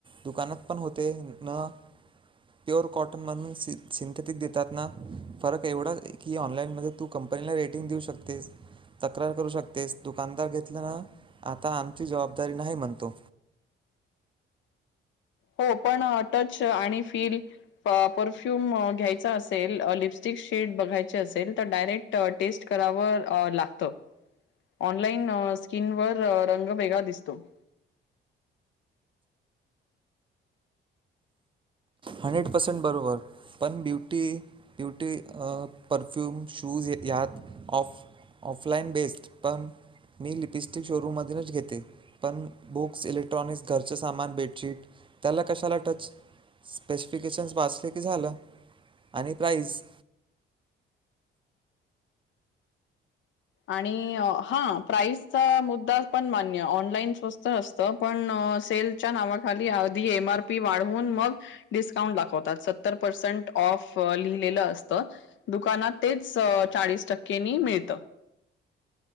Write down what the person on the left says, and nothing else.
हो पण टच आणि फील प परफ्युम घ्यायचा असेल लिपस्टिक शेड बघ बघायची असेल तर डायरेक् टेस्ट कराव अं लागत. ऑनलाइन स्किनवर रंग वेगळा दिसतो. <inaudible>
आणि हा प्राईजचा मुद्दा पण मान्य ऑनलाईन स्वस्त असत पण सेलच्या नावाखाली आधी एम आर पी वाढवून मग डिस्काउंट दाखवतात सत्तर पर्सेंट ऑफ लिहिलेलं असत दुकानात तेच चाळीस टक्केंनी मिळत.